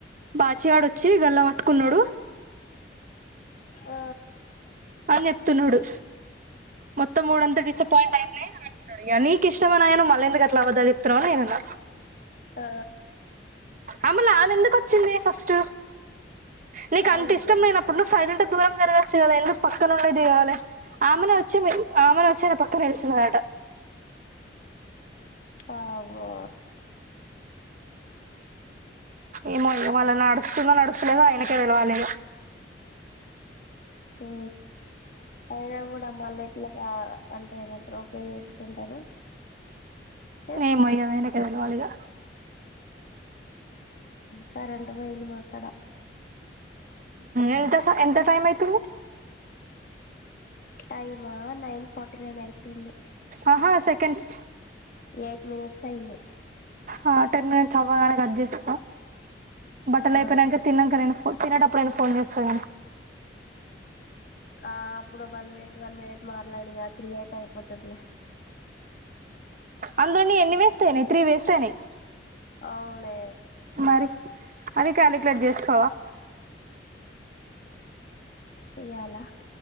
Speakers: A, on the right; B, on the left.
A: బాచివాడ వచ్చి గల్లా పట్టుకున్నాడు.
B: ఆ
A: అన్ని చెప్తున్నాడు. మొత్తం మూడ్ అంత డిసప్పాయింట్ అయింది అంటున్నాడు, ఇగా నీకు ఇష్టం అయన మళ్ళ ఎందు అట్లా అబద్దాలు చెప్, త్ర వెళన
B: ఆ
A: అమ్మలామె ఎందుకు వచ్చింది ఫస్ట్ నీకు
B: అవును
A: అంత ఇష్టం
B: కదా
A: లేనప్పుడు నువ్వు సైలెంట్ దూరం జరగచ్చు కదా ఎందుకు పక్కనే ఉండి దిగలే, ఆమెనే వచ్చి ఆమె వచ్చి పక్కన నిల్చునదంట,
B: అవో
A: ఏమో వాళ్ళ నడుస్తుందో నడుస్తలేదో ఆయనకే తెలవాలే ఇగా,
B: ఉ అయినా కూడా మళ్ళ ఎట్లా అంటే ఏమంటారు ఎట్లా చేసుకుంటారు. చెప్
A: ఏమో ఇగా అది ఆయనకే తెలవాలి ఇగా,
B: కరెంట్ పోయింది, మాక్కడ
A: ఎంత ఎంత టైమ్ అయితుంది,
B: టైమా నైన్ ఫార్టీ నైన్ అయితుంది,
A: ఆహా సెకండ్స్
B: ఏయిట్ మినిట్స్ అయింది.
A: ఆ టెన్ మినిట్స్ అవ్వగానే కట్ చేస్కో, బట్టలు
B: ఆ
A: అయిపోయినాకా తిన్నాంక నేను ఫో తినేటప్పుడు అయినా ఫోన్ చేస్తా కానీ
B: ఆ అప్పుడు వన్ మినిట్ వన్ మినిట్ మట్లాడు ఇగా త్రీ అయితే అయిపోతాయిలే,
A: అందులోను ఎన్ని వేస్ట్ అయినాయి త్రీ వేస్ట్ అయినాయి.
B: అవునే
A: మరి అది కాలిక్యులేట్ చేసుకోవా
B: చెయాలా